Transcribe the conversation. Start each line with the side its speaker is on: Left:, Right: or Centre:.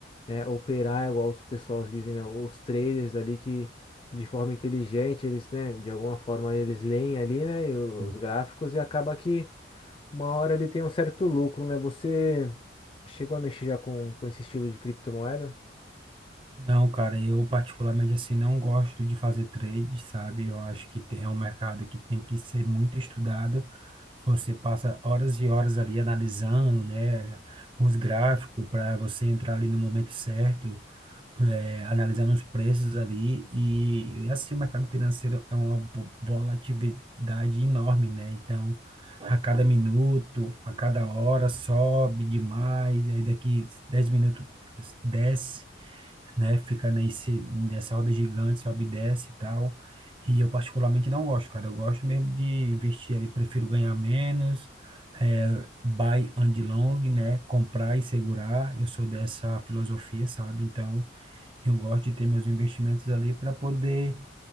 Left: né, operar igual os pessoas dizem, né, os traders ali que de forma inteligente, eles, né, de alguma forma eles leem ali, né, e os
Right: Sim.
Left: gráficos e acaba que. Uma hora ele tem um certo lucro, né? Você chegou a mexer já com, com esse estilo de criptomoeda?
Right: Não, cara, eu particularmente assim não gosto de fazer trade, sabe? Eu acho que tem, é um mercado que tem que ser muito estudado. Você passa horas e horas ali analisando, né, os gráficos para você entrar ali no momento certo, é, analisando os preços ali e, e, assim o mercado financeiro é uma vo- volatilidade enorme, né? Então, a cada minuto, a cada hora sobe demais, aí daqui 10 minutos desce né? Fica nesse, nessa roda gigante, sobe e desce e tal. E eu particularmente não gosto, cara. Eu gosto mesmo de investir ali, prefiro ganhar menos, é, buy and long, né? Comprar e segurar. Eu sou dessa filosofia, sabe? Então, eu gosto de ter meus investimentos ali para poder